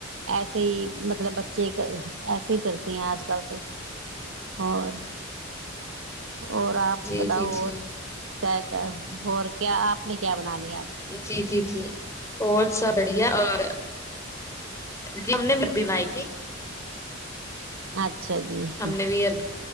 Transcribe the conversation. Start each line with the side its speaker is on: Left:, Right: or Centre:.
Right: ایسے ہی مطلب بچ ب ایسے ہی چلتی ہیں آج کل تو اور اور آپ
Left: جی
Right: بتاؤ
Left: جی جی
Right: اور کیا کیا ہو کیا آپ نے کیا بنانی
Left: جی جی جی بت سب بڑھیا اور جی ہم نے بھی بنئی تی
Right: اچھا اچھا جی ہ
Left: ہم نے بھی